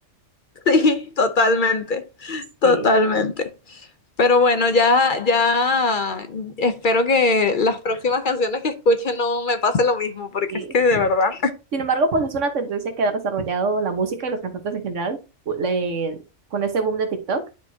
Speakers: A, on the left; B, on the right.
A: Sí, totalmente, totalmente.
B: Sí,
A: Pero bueno, ya, ya espero que las próximas canciones que escuche no me pase lo mismo, porque
B: sí.
A: es que de verdad.
B: Sin embargo, pues es una tendencia que ha desarrollado la música y los cantantes en general u- le- con este boom de TikTok.